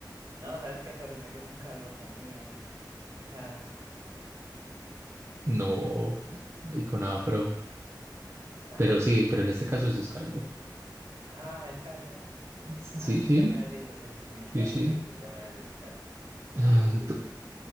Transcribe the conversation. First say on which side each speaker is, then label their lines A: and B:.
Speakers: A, on the right; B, on the right.
A: No, ¿sabes qué? Todos los negros son calvos también. O sea,
B: no, con afro.
A: dale.
B: Pero sí, pero en este caso sí es calvo.
A: Ah, es calvo. Bueno,
B: Sí,
A: ah, sí,
B: sí,
A: ya me has dicho, sí, sí, sí,
B: sí,
A: ya,
B: sí.
A: dale, dale, sí, ya me has dicho, dale.
B: Ay,
A: Sigue, sigue.
B: ¿tu,